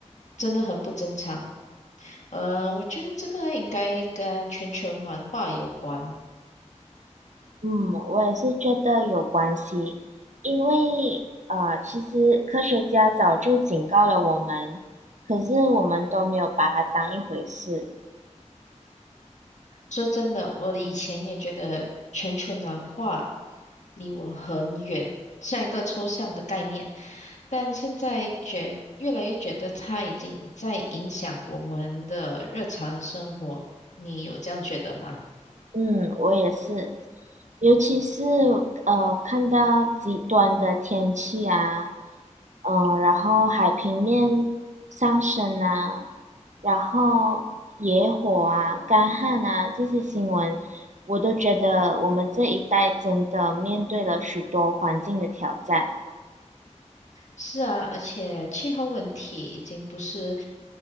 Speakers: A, on the left; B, on the right.
A: 真的很不正常。嗯，我觉得这个应该跟全球暖化有关。
B: 嗯，我也是觉得有关系，因为呃，其实科学家早就警告了我们，可是我们都没有把它当一回事。
A: 说真的，我以前也觉得全球暖化离我很远，像一个抽象的概念，但现在觉越来越觉得它已经在影响我们的日常生活。你有这样觉得吗？
B: 嗯，我也是，尤其是呃，看到极端的天气啊，嗯、然后海平面上升啊，然后野火啊、干旱啊这些新闻，我都觉得我们这一代真的面对了许多环境的挑战。
A: 是啊，而且气候问题已经不是